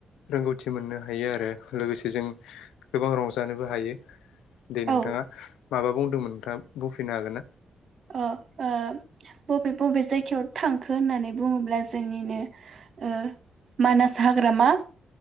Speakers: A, on the left; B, on the right.
A: रोंगौथि मोननो हायो आरो लोगोसे जों गोबां रंजानोबो हायो दे नोंथाङा
B: ओ
A: माबा बुंदोंमोन नोंथाङा बुंफिनो हागोन ना
B: ओ ओ बबे बबे जायगायाव थांखो होननानै बुङोब्ला जोंनिनो ओ मानास हाग्रामा